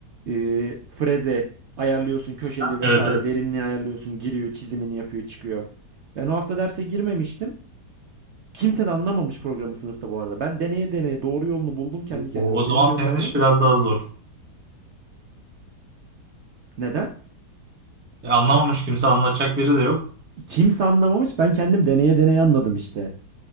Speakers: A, on the right; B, on the right.
A: E, freze ayarlıyorsun köşeli vesaire.
B: Evet evet.
A: Derinliği ayarlıyorsun. Giriyor çizimini yapıyor çıkıyor. Ben o hafta derse girmemiştim. Kimse de anlamamış programı sınıfta bu arada. Ben deneye deneye doğru yolunu buldum kendi kendime.
B: O
A: Ödevi
B: o zaman
A: gönderdim.
B: senin iş biraz daha zor.
A: Neden?
B: E, anlamamış kimse anlatacak biri de yok.
A: Kimse anlamamış. Ben kendim deneye deneye anladım işte.